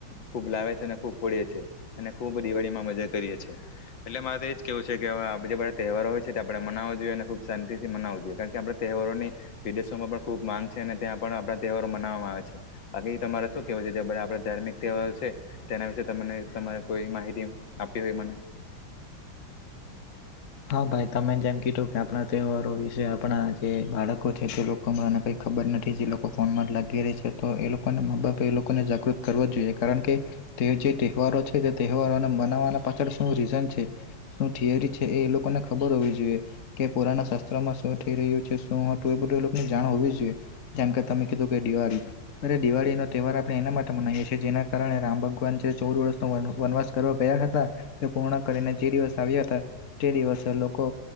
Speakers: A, on the left (about 65°); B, on the left (about 45°).
A: ખૂબ લાવે છે, અને ખૂબ ફોડીએ છે, અને ખૂબ દિવાળીમાં મજા કરીએ છે. એટલે મારે તો એજ કેવું છે કે અવે આજે તહેવારો હોય છે, આપણે મનાવો જોઈએ અને ખુબ શાંતિથી મનાવો જોઈએ કારણ કે આપણે તે હેવારોની વિદેશોમાં પણ ખુબ માંગ છે, અને ત્યાં પણ આપણા તહેવારો મનાવામાં આવે છે. બાકી તમારે શું કેવું છે જો બધા આપડે ધાર્મિક તહેવારો છે તેના વિશે તમને તમારે કોઈ માહિતી આપવી હોય મને
B: હા ભાઈ તમે જેમ કીધું કે આપણા તહેવારો વિશે આપણા જે બાળકો છે, તે લોકોમાં ને કઈક ખબર નથી જે લોકો ફોનમાં જ લાગી રેય છે તો એ લોકોના મા બાપે એ લોકોને જાગૃત કરવો જોઈએ કારણ કે તે જે તહેવારો છે, તે તહેવારોને મનાવવાના પાછળ શું રીઝન છે, શું થિયરી છે. એ લોકોને ખબર હોવી જોઈએ કે પુરાના શાસ્ત્રોમાં શું થઈ રહ્યું છે શું હતું એ બધું એ લોકોને જાણ હો વી જોઈએ જેમ કે તમે કીધું કે દિવાળી અરે દિવાળીનો તહેવાર આપણે એના માટે મનાવીએ છીએ જેના કારણે રામ ભગવાન જે ચૌદ વર્ષનો વન વનવાસ કરવા ગયા હતા તે પૂર્ણ કરીને જે દિવસ આવ્યા હતા તે દિવસે લોકો